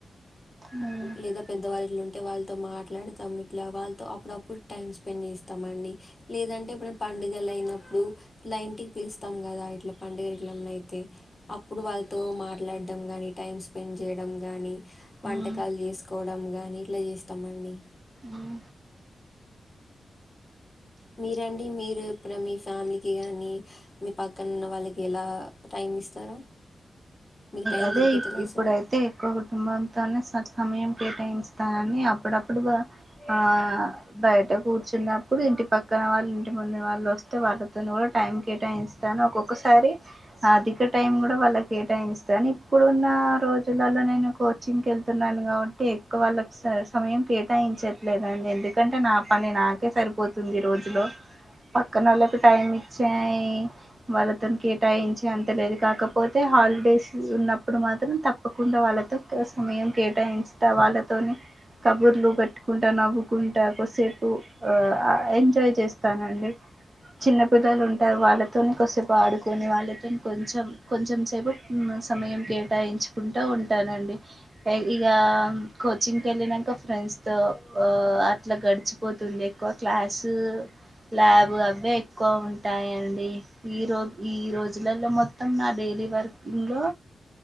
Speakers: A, on the right; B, on the left.
A: ఉ
B: లేదా పెద్దవాళ్ళ ఎవరేనా ఉంటే వాళ్ళతో మాట్లాడుతాం ఇట్లా వాళ్ళతో అప్పుడప్పుడు టైమ్ స్పెండ్ చేస్తామండి లేదంటే ఇప్పుడు పండుగలు అయినప్పుడు ల ఇంటికి పిలుస్తాం కదా ఇట్లా పండుగ ఇట్లన్నా అయితే అప్పుడు వాళ్లతో మాట్లాడం గాని టైం స్పెండ్ చేయడం కానీ వంటకాలు
A: ఉ
B: చేసుకోవడం కానీ ఇట్లా చేస్తామండి
A: ఉ ఉ
B: మీరండి మీరు ఇప్పుడ మీ ఫ్యామిలీకి గానీ మీ పక్కన ఉన్న వాళ్ళకి ఎలా టైం ఇస్తారు మీకు టైం
A: అదే
B: దొరుకుతుందా
A: ఇప్పుడైతే
B: అసలు
A: ఎక్కువ కుటుంబంతోనే స సమయం కేటాయించతానని అప్పుడప్పుడు ఆ బయట కూర్చున్నప్పుడు ఇంటి పక్కన వాళ్ళు ఇంటి ముందు వాళ్ళు వస్తే వాళ్ళతోని కూడా టైం కేటాయిస్తాను ఒక్కొక్కసారి అధిక టైం కూడా వాళ్ళకి టైం ఇస్తాను ఇప్పుడున్న రోజులలో నేను కోచింగ్కి వెళ్తున్నాను కాబట్టి ఎక్కువ వాళ్ళకి స సమయం కేటాయించట్లేదండి ఎందుకంటే నా పని నాకే సరిపోతుంది రోజులో పక్కనోళ్లకి టైం ఇచ్చాయి వాళ్ళతోని కేటాయించి అంతలేదు కాకపోతే హల్ సు ఉన్నప్పుడు మాత్రం తప్పకుండా వాళ్ళతో సమయం కేటాయించుతా వాళ్ళతోని కబుర్లు పెట్టుకుంటా నవ్వుకుంటా కోసేపు ఆ ఎంజాయ్ చేస్తానండి చిన్న పిల్లలు ఉంటారు వాళ్ళతోని కోసేపు ఆడుకొని వాళ్ళతో కొంచెం కొంచెం సేపు హ్మ్ సమయం కేటాయించుకుంటూ ఉంటానండి ఇక కోచింగ్కి వెళ్ళినా ఇంకా ఫ్రెండ్స్ తో ఆ అట్లా గడిచిపోతుంది ఎక్కువ క్లాసు ల్యాబ్ అవే ఎక్కువ ఉంటాయండి ఈ రోజ ఈ రోజులలో మొత్తం నా డైలీ వర్క్ ఇంట్లో